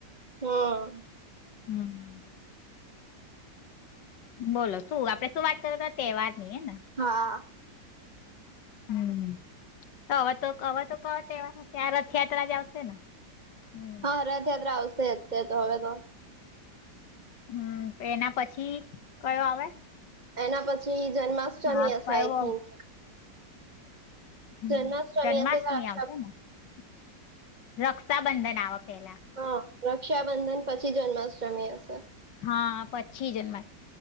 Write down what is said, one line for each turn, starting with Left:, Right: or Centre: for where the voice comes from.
Right: હમ
Left: હમ બોલો શું આપડે શું વાત કરતા હતા તહેવાર ની હે ને
Right: હા
Left: હમ હવે તો હવે તો કવા રથયાત્રા જ આવશે ને હમ
Right: હા રથયાત્રા આવશે અત્યારે તો હવે તો
Left: હમ એના પછી કયો આવે
Right: એના પછી જન્માષ્ટમી
Left: હા
Right: હશે
Left: કયો
Right: આઈ થિંક
Left: હ
Right: જન્માષ્ટમી
Left: જન્માષ્ટમી
Right: હશે કે રક્ષા
Left: આવશે ને રક્ષાબંધન આવવા પેલા
Right: હા રક્ષાબંધન પછી જન્માષ્ટમી હશે
Left: હા પછી જન્મ